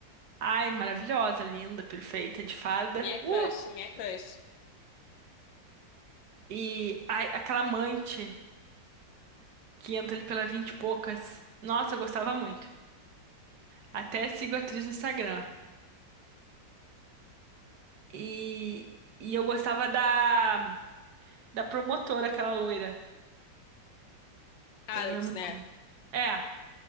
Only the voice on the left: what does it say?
minha
crush, minha crush.
Alex,
né?